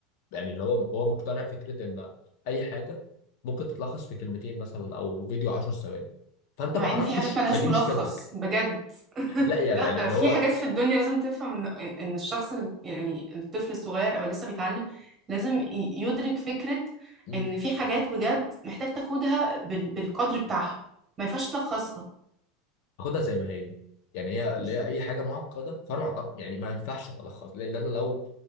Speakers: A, on the left; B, on the right.
A: يعني اللي هو هو مقتنع فكره ان اي حاجه ممكن تتلخص في كلمتين مثلا او فيديو 10 ثواني فانت
B: مع
A: ما عرفتش
B: ان في حاجات ملهاش
A: فدي
B: ملخص
A: مشكلتك
B: بجد <laughs>
A: لا يعني
B: لا
A: يعني اللي
B: في
A: هو
B: حاجات في الدنيا لازم تفهم ان ان الشخص اللي بت... يعني الطفل الصغير او لسه بيتعلم لازم ي- يدرك فكرة
A: <clears throat>
B: ان في حاجات بجد محتاج تاخدها بال... بالقدر بتاعها ما ينفعش تلخصها
A: خدها زي ما هي يعني هي اللي
B: بالظبط
A: هي اي حاجه معقده فانا ما أقدر- يعني ما ينفعش الخص لان انا لو